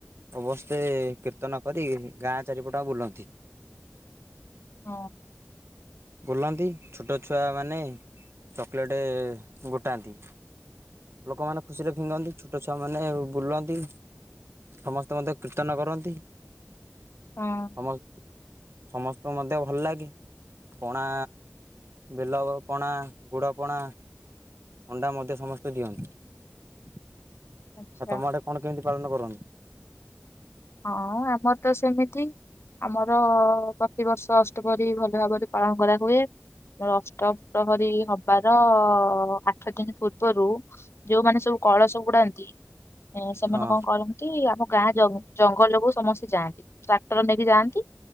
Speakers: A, on the right; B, on the left.
A: ଅବଶେ କୀର୍ତ୍ତନ କରି ଗାଁ ଚାରିପଟ ବୁଲନ୍ତି। <inaudible> <inaudible>
B: ହଁ
A: ବୁଲନ୍ତି। ଛୋଟ ଛୁଆମାନେ ଚକୋଲେଟ୍ ଗୋଟାନ୍ତି। ଲୋକମାନେ ଖୁସିରେ ଫିଙ୍ଗନ୍ତି ଛୋଟ ଛୁଆମାନେ ବୁଲନ୍ତି। <inaudible> ସମସ୍ତେ ମଧ୍ୟ କୀର୍ତ୍ତନ କରନ୍ତି। <inaudible>
B: ହଁ
A: ସମ ସମସ୍ତଙ୍କୁ ମଧ୍ୟ ଭଲ ଲାଗେ ପଣା। ବେଲ ପଣା ଗୁଡ ପଣା। ଥଣ୍ଡା ମଧ୍ୟ ସମସ୍ତେ ଦିଅନ୍ତି। <inaudible>
B: ଆଚ୍ଛା
A: ଆ ତମ ଆଡେ କଣ କେମିତି ପାଳନ କରନ୍ତି।
B: ହଁ ଆମର ତ ସେମିତି ଆମର ପ୍ରତିବର୍ଷ ଅଷ୍ଟପହରୀ ଭଲ ଭାବରେ ପାଳନ କରା ହଏ ଆମର ଅଷ୍ଟପହରୀ ହବାର ଆଠ ଦିନ ପୂର୍ବରୁ ଯୋଉମାନେ ସବୁ କଳସ ବୁଡ଼ାନ୍ତି ଏ ସେମାନେ
A: ହଁ
B: କଣ କରନ୍ତି ଆମ କାହା ଜମ ଜଙ୍ଗଲକୁ ସମସ୍ତେ ଯାଆନ୍ତି ଟ୍ରାକ୍ଟର ନେଇକି ଯାଆନ୍ତି